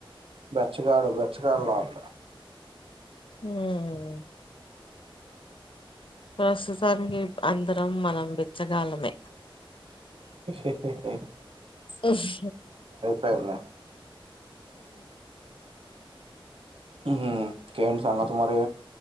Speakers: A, on the right; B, on the left.
A: బెచ్చగాడు బెచ్చగాడలో ఉంట
B: హమ్ ప్రస్తుతానికి అందరం మనం బిచ్చగాలమే
A: ఉంది
B: ఉఫ్
A: వేళ్ళ ఉమ్ ఇంకేం సంగతీ మరి